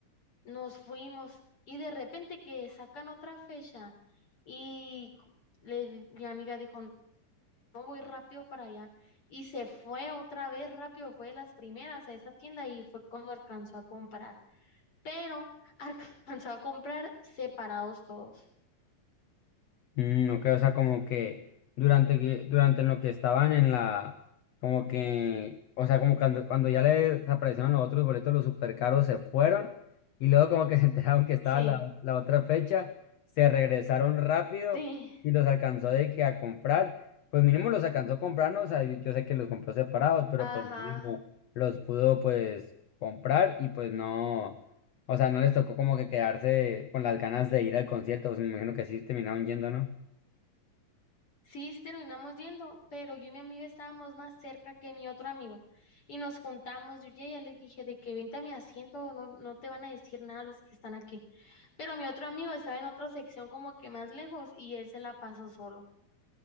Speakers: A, on the left; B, on the left.
A: Nos fuimos y de repente que sacan otra fecha y cu- le- mi amiga dijo, no voy rápido para allá. Y se fue otra vez rápido, fue de las primeras a esa tienda y fue cuando alcanzó a comprar. Pero <laughs> alcanzó a comprar separados todos.
B: Mm, ok, o sea, como que durante que, durante en lo que estaban en la, como que, o sea, como cuando, cuando ya les desaparecieron los otros boletos, los super caros se fueron y luego como que <laughs> se enteraron que estaba
A: Sí,
B: la, la otra fecha, se regresaron rápido
A: sí.
B: y los alcanzó de que a comprar, pues mínimo los alcanzó a comprar, ¿no? O sea, yo, yo sé que los compró separados, pero
A: Ajá,
B: pues mínimo los pudo pues comprar y pues no, o sea, no les tocó como que quedarse con las ganas de ir al concierto, pues me imagino que así terminaron yendo, ¿no?
A: sí, sí terminamos yendo, pero yo y mi amiga estábamos más cerca que mi otro amigo y nos juntamos, yo ya, ya le dije de que vente a mi asiento, no, no te van a decir nada los que están aquí, pero mi otro amigo estaba en otra sección como que más lejos y él se la pasó solo.